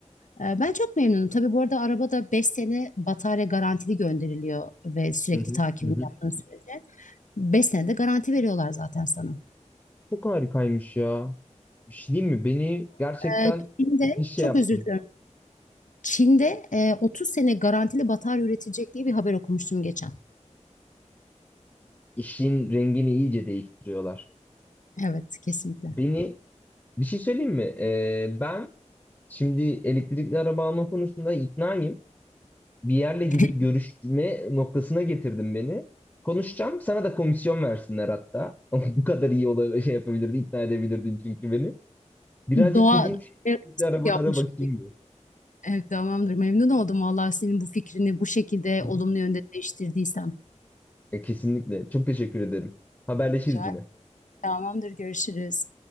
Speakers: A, on the left; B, on the left.
A: Ee, Ben çok memnunum. Tabii bu arada arabada 5 sene batarya garantili gönderiliyor ve sürekli
B: hı hı
A: takibini
B: hı hı.
A: yaptığın sürece 5 sene de garanti veriyorlar zaten sana.
B: Çok harikaymış ya. Bir şey diyeyim mi? Beni gerçekten
A: Ee, Çin'de
B: müthiş şey
A: çok
B: yaptın.
A: özür diliyorum. Çin'de e, 30 sene garantili batarya üretilecek diye bir haber okumuştum geçen.
B: İşin rengini iyice değiştiriyorlar.
A: Evet, kesinlikle.
B: Beni bir şey söyleyeyim mi? Ee, ben Şimdi elektrikli araba alma konusunda iknayım. Bir yerle gidip
A: <laughs>
B: görüşme noktasına getirdim beni. Konuşacağım. Sana da komisyon versinler hatta. <laughs> Bu kadar iyi ola şey yapabilirdin, ikna edebilirdin çünkü beni. Birazcık
A: Doğa
B: gideyim şu
A: Evet,
B: elektrikli arabalara
A: yapmış
B: bakayım
A: olayım.
B: bir.
A: Evet, tamamdır. Memnun oldum vallahi senin bu fikrini bu şekilde
B: Hı
A: olumlu
B: hı.
A: yönde değiştirdiysem.
B: E, kesinlikle. Çok teşekkür ederim. Haberleşiriz
A: Rica
B: yine.
A: ederim. Tamamdır. Görüşürüz.